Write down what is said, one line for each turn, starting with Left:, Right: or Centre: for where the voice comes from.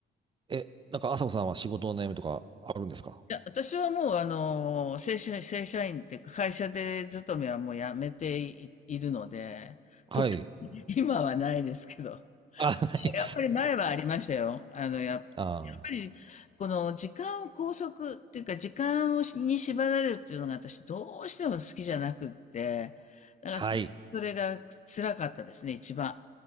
Right: え、なんか朝子さんは仕事の悩みとかあるんですか
Left: いや、私はもう、あのー正社、正社員っていうか、会社で勤めはもうやめてい、いるので、
Right: はい。
Left: 特に今はないですけど。
Right: あ、はい。
Left: やっぱり前はありましたよ。あの、やっ、やっ
Right: <laughs> あー、
Left: ぱり、この時間を拘束っていうか、時間をしに縛られるっていうのが私どうしても好きじゃなくって、だからそ、
Right: はい。
Left: それが辛かったですね、一番。